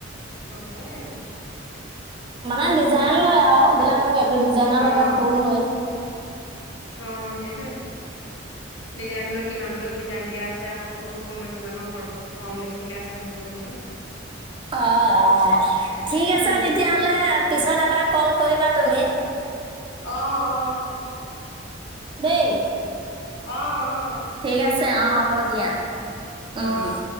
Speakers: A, on the left (about 70°); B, on the right (about 25°).
A: লবয়ইে আকৌ
B: মানে ডিজাইন লয় আৰু
A: ভাল লাগে
B: বোলে মোক এক ডিজাইনৰ
A: অ',
B: লগে ফুল লৈ
A: অ সেইটোৱে ডিজাইন লৈ কিমানটো ডিজাইন দিয়া আছে আকৌ ফুল ক কিমানৰৰ কম বেছিকে আছেনে সেইটো আপ নহয়
B: অ অ ঠিক আছে
A: উম।
B: তেতিয়াহ'লে পিছত এবাৰ কল কৰিবা তুমি
A: অ অ
B: দেই
A: অঁ অ
B: ঠিক আছে অ হ'ব দিয়া উম
A: অ'।
B: উম